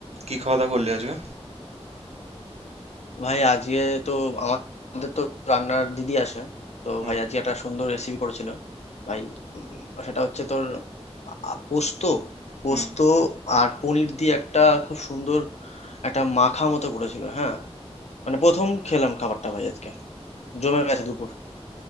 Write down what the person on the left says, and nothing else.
ভাই আজকে তো আমাদের তো রান্নার দিদি আসে তো
ভাই আজকে একটা সুন্দর রেসিপি করেছিল ভাই উম, সেটা হচ্ছে তোর আ, পোস্ত পোস্ত
আর পনির দিয়ে একটা খুব সুন্দর একটা মাখা মতো করেছিল হ্যাঁ মানে প্রথম খেলাম খাবারটা ভাই আজকে জমে গেছে দুপুর